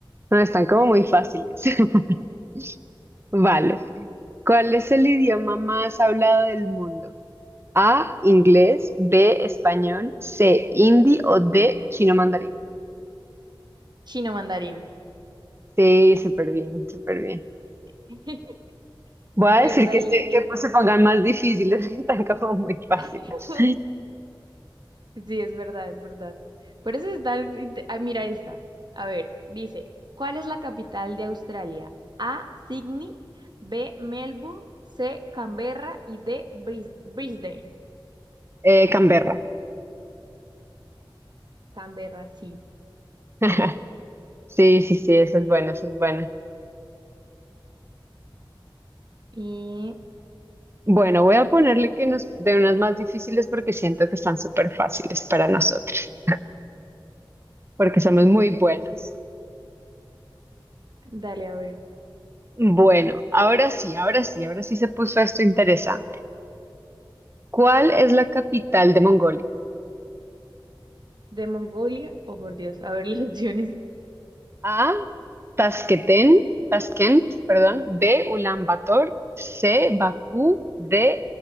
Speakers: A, on the right; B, on the right.
A: No, están como muy fáciles. <laughs> Vale. ¿Cuál es el idioma más hablado del mundo? A, inglés, B, español, C, hindi o D, chino mandarín.
B: Chino mandarín.
A: Sí, súper bien, súper bien.
B: <laughs>
A: Voy
B: A
A: a
B: ver,
A: decir
B: dale,
A: que, se,
B: esta.
A: que pues se pongan más difíciles, <laughs> que están como muy fáciles.
B: <laughs> Sí, es verdad, es verdad. Por eso está... inte- Ah, mira esta. A ver, dice, ¿cuál es la capital de Australia? A, Sydney, B, Melbourne, C, Canberra y D, Bris- Brisbane.
A: Eh, Canberra.
B: Canberra, sí.
A: <laughs> Sí, sí, sí, eso es bueno, eso es bueno.
B: Y
A: Bueno, voy a ponerle que nos de unas más difíciles porque siento que están súper fáciles para nosotros, porque somos muy buenas.
B: dale, a ver,
A: Bueno, ahora sí, ahora sí, ahora sí se puso esto interesante. ¿Cuál es la capital de Mongolia?
B: ¿de Mongolia? Oh, por Dios, a ver las <laughs> opciones.
A: A, Tasqueten, Taskent, perdón, B, Ulan Bator. C, Bakú, D,